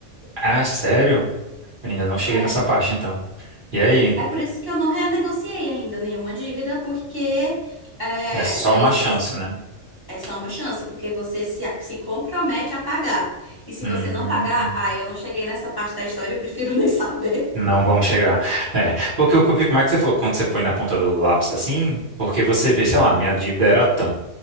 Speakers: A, on the right (about 45°); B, on the left (about 20°).
A: Ah, é sério? Eu ainda não cheguei
B: Sério.
A: nessa parte, então. E aí?
B: É por isso que eu não renegociei ainda nenhuma dívida, porque é,
A: É só
B: eu
A: uma
B: preci-
A: chance, né?
B: é só uma chance, porque você se, a- se compromete a pagar. E se
A: Hum.
B: você não pagar, ah, eu não cheguei nessa parte da história, eu prefiro <laughs> nem saber.
A: Não vamos chegar. É, porque o que eu fico, como é que você falou, quando você põe na ponta do lápis assim, porque você vê, sei lá, minha dívida era tanto,